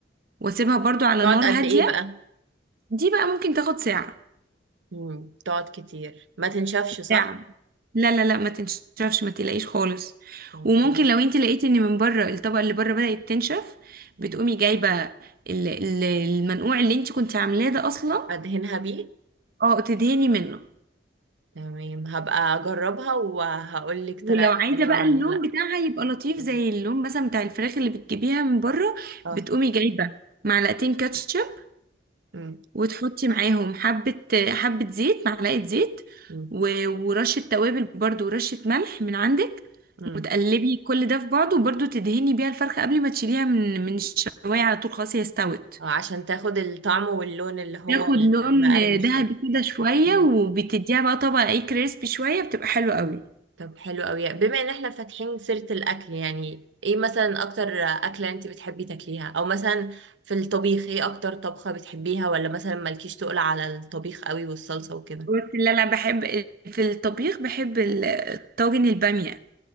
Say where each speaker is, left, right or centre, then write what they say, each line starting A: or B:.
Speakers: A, on the right; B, on the right.
A: واسيبها برضو على
B: تقعد
A: نار
B: قد
A: هادية
B: ايه بقى
A: دي بقى ممكن تاخد ساعة
B: مم. تقعد كتير ما تنشفش صح
A: ساعة لا لا لا ما تنشفش ما تقلقيش خالص
B: مم.
A: وممكن لو انت لقيتي ان من بره الطبقة اللي بره بدأت تنشف
B: مم.
A: بتقومي جايبة ال- ال- المنقوع اللي انت كنت عاملاه ده اصلا
B: ادهنها بيه
A: اه تدهني منه
B: تمام هبقى اجربها وهقول لك
A: ولو
B: طلعت
A: عايزه
B: حلوة
A: بقى
B: ولا
A: اللون
B: لا
A: بتاعها يبقى لطيف
B: مم.
A: زي اللون مثلا بتاع الفراخ اللي بتجيبيها من بره
B: اه
A: بتقومي جايبه معلقتين كاتشب
B: مم.
A: وتحطي معاهم حبه حبه زيت معلقه زيت
B: مم.
A: و- ورشه توابل برضو ورشه ملح من عندك
B: مم.
A: وتقلبي كل ده في بعضه وبرضو تدهني بيها الفرخه قبل ما تشيليها من من الشوايه على طول خلاص هي استوت
B: آه، عشان تاخد الطعم واللون اللي هو
A: تاخد لون
B: المقرمش
A: ذهبي
B: ده
A: كده شويه
B: مم.
A: وبتديها بقى طبقه ايه كريسبي شويه بتبقى حلوه قوي
B: طب حلو قوي بما ان احنا فاتحين سيرة الاكل يعني ايه مثلا اكتر اكلة انت بتحبي تاكليها او مثلا في الطبيخ ايه اكتر طبخة بتحبيها ولا مثلا مالكيش تقول على الطبيخ قوي والصلصة وكده
A: بس اللي انا بحب في الطبيخ بحب ال- طاجن الباميه